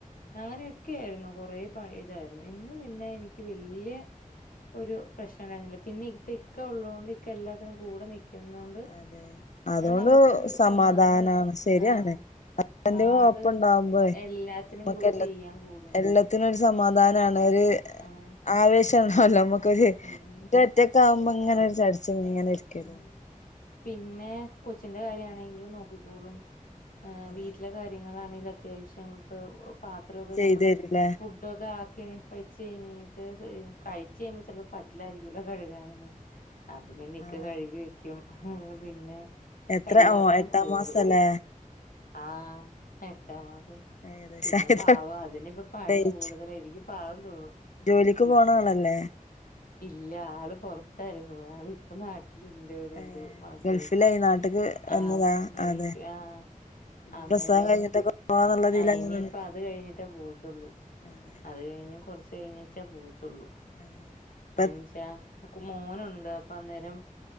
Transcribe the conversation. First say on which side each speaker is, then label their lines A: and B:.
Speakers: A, on the left (about 80°); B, on the left (about 55°).
A: അങ്ങനെ ഒക്കെയിരുന്നു കുറെ പഴേതായിരുന്നു ഇന്ന് പിന്നെ എനിക്ക് വല്ല്യ ഒരു പ്രശ്നം ഉണ്ടായിരുന്നില്ല പിന്നെ ഇപ്പൊ ഇക്ക ഉള്ളാണ്ട് ഇക്ക എല്ലാത്തിനും കൂടെ നി ന്നുണ്ട്
B: അതെ അതുകൊണ്ട്
A: നമുക്ക് ഒരു
B: സമാധാനാണ്
A: സമാധാനണ്ട്
B: ശരിയാണ്
A: ആഹ്
B: ഹസ്ബന്റിന്റെ
A: ആള്
B: ഒപ്പം ഉണ്ടാവുമ്പോഴേ
A: എല്ലാത്തിനും
B: നമ്മുക്ക്
A: പൊ
B: എല്ലാ
A: ചെയ്യാൻ കൂടും
B: എല്ലാത്തിനും ഒരു സമാധാനാണ് ഒരു
A: ആഹ്
B: ആവേശാണല്ലോ നമ്മുക്കൊരു
A: ഉം
B: ഒറ്റക്കാവുമ്പോ ങ്ങനെ ചടിച്ച ഇങ്ങനെരിക്കന്നെ
A: ഉം പിന്നെ കൊച്ചിന്റെ കാര്യാണെങ്കിലും നോക്കിക്കോളും
B: അതെ
A: വീട്ടിലെ കാര്യ നിങ്ങളാണങ്കി അത്യാവശ്യം പാത്രക്കെ
B: ചെയ്തു
A: നമ്മള്
B: തരൂലേ
A: ഫു ഒക്കെ ആക്കി വെച്ച് കഴഞ്ഞിട്ട് കഴിച്ച് കഴിയുമ്പൊ ചിലപ്പോൾ പച്ച- ട്ടിലാരിക്കല്ലോ കഴുകാനൊന്നും അപ്പൊ പിന്നെ ഇക്ക
B: ആഹ്
A: കഴുകി ഹേ
B: അതെ
A: പിന്നെ
B: എത്ര
A: എല്ലാത്തിനും
B: ഓ എട്ടാം
A: കൂടും
B: മാസല്ലേ
A: ആഹ് എട്ടാം മാസം
B: ഏകദേശായി
A: പിന്നെ പാവാ അതിന്പ്പ പണി
B: ഡേറ്റ്
A: കൂടുതലാ നിക്ക് പാവം തോന്നും
B: ജോലിക്ക്
A: പിന്നെ
B: പോണാളല്ലേ
A: ഇല്ല ആള് പുറത്തായിരുന്നു ആളിപ്പൊ നാട്ടിലുണ്ട് രണ്ടു
B: ഏഹ്
A: മാസായിട്ട്
B: ഗൾഫിലായി നാട്ട്ക്ക് വന്നതാ
A: ആഹ് ഗൾഫ്
B: അതെ
A: ആഹ്
B: പിന്നെ
A: അന്നേരം
B: പ്രസവം കഴിഞ്ഞിട്ടൊക്കെ പോവാന്നുള്ളതിലങ്ങനെ
A: ആഹ് ഇനിയിപ്പൊ അത് കഴിഞ്ഞിട്ടേ പോവത്തുള്ളൂ
B: അതെ
A: അത് കഴിഞ്ഞ് കൊറച്ച് കഴിഞ്ഞട്ടെ പോ തുള്ളു
B: അതെ ഇപ്പ
A: അഞ്ചാ മോനുണ്ട് അപ്പൊന്നേരം